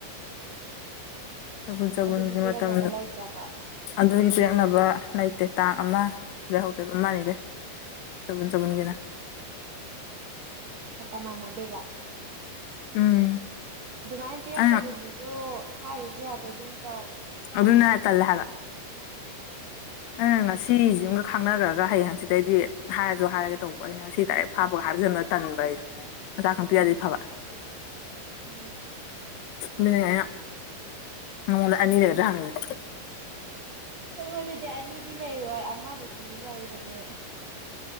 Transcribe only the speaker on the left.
ꯆꯕꯨꯟ ꯆꯕꯨꯟꯒꯤ
ꯃꯇꯝ
ꯑꯗꯨꯒꯤ ꯄꯤꯔꯛꯅꯕ ꯂꯩꯇꯦ ꯇꯥꯡ ꯑꯃ ꯗꯩ ꯍꯧꯗꯣꯏꯕ ꯑꯃ ꯅꯤꯗꯩ ꯆꯕꯨꯟ ꯆꯕꯨꯟꯒꯤꯅ
ꯎꯝ
ꯑꯩꯅ
ꯑꯗꯨꯨꯅ‌ꯦ ꯍꯥꯏ ꯇꯜꯂ‌ꯦ‌ ꯍꯥꯏꯕ ꯑꯩꯅ ꯉꯁꯤꯖꯤꯝ ꯒ ꯈꯪꯅꯒ꯭ꯔꯒ ꯍꯌꯦꯡ ꯍꯪꯆꯤꯠꯇꯩꯩꯗꯤ ꯍꯥꯏꯔꯖꯨ ꯍꯥꯏꯔꯒꯦ ꯇꯧꯕ ꯑꯩꯅ ꯉꯁꯤ ꯗꯥꯏꯔꯦꯛ ꯐꯥꯕꯒ ꯍꯥꯏꯖꯟꯕ ꯇꯟꯕ ꯑꯩꯗꯣ ꯃꯁꯥ ꯈꯪ
ꯄꯤꯔꯛ ꯑꯗꯤ ꯐꯕ
ꯃꯤ ꯑ ꯅꯉꯣꯟꯗ ꯑꯅꯤ ꯂꯩꯗ꯭ꯔ ꯍꯥꯡꯉꯁꯦ